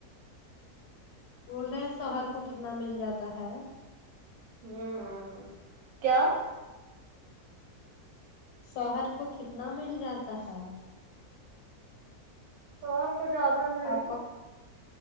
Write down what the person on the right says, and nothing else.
ہوں ہ ہ کیا
شوہر کو زیادہ نہیں